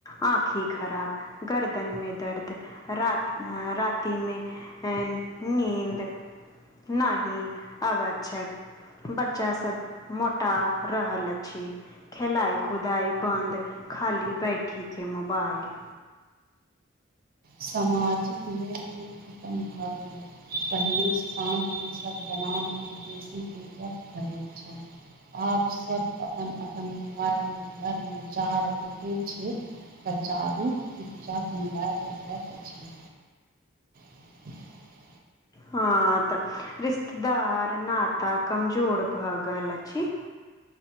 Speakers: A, on the left; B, on the right.
A: आँखि खराब गर्दन मे दर्द रात राति मे नींद नाहि आबैत छै बच्चा सब मोटा रहल अछि। खेलाई कुदाई बन्द खाली बैठी के मोबाइल
B: सामाजिक मेलजल खतम भ गेलै। पहिले साँझमे सब दलानके बेसी के वक्त धरल छल। आब सब अपन-अपन मुबाएल मे घरमे चार गोटे छै। आ चारु अच्छा से मुबाएल देखत अछि। <inaudible>
A: हां तऽ रिश्तेदार नाता कमजोर भऽ गेल अछि।